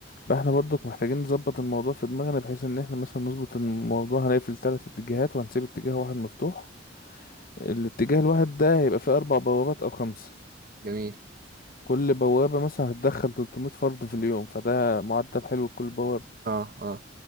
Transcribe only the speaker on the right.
جميل
اه اه